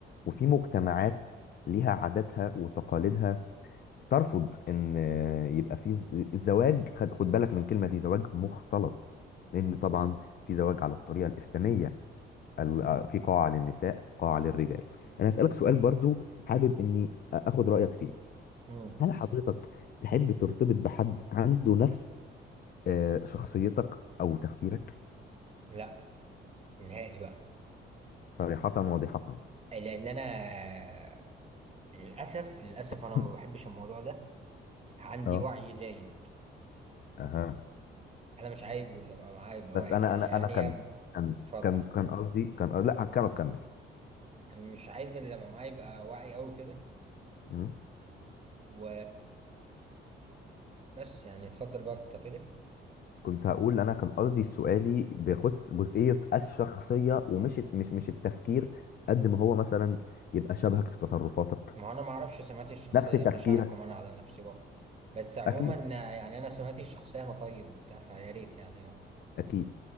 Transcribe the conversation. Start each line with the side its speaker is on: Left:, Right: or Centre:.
Left: وفي مجتمعات ليها عاداتها وتقاليدها ترفض ان آه، يبقى في ز- زواج خد خد بالك من الكلمة دي زواج مختلط لان طبعا في زواج على الطريقة الإسلامية ال- آه، في قاعة للنساء قاعة للرجال انا هسألك سؤال برضو حابب اني اخد رأيك فيه
Right: مم.
Left: هل حضرتك تحب ترتبط بحد عنده نفس آه، شخصيتك او تفكيرك
Right: لا نهائي بقى
Left: صريحة واضحة
Right: آه، لان انا للاسف للاسف
Left: <laughs>
Right: انا ما بحبش الموضوع ده عندي
Left: اه
Right: وعي زايد
Left: اها
Right: انا مش عايز اللي ابقى معايا يبقى
Left: بس
Right: وعي
Left: انا
Right: كده يعني
Left: انا انا كان
Right: يا
Left: كان
Right: اتفضل
Left: كان كان قصدي كان لا كان اكمل
Right: أنا مش عايز اللي ابقى معايا يبقى وعي قوي كده
Left: مم.
Right: و بس يعني اتفضل بقى كنت هتقول إيه؟
Left: كنت هقول انا كان قصدي سؤالي بيخص جزئية الشخصية ومش مش مش التفكير قد ما هو مثلا يبقى شبهك في تصرفاتك
Right: ما انا ما اعرفش سماتي الشخصيه
Left: نفس تفكيرك
Right: مش هحكم انا على نفسي برضه بس عموما
Left: اكيد
Right: آه، يعني انا سماتي الشخصيه انا طيب وبتاع فيا ريت يعني اه
Left: اكيد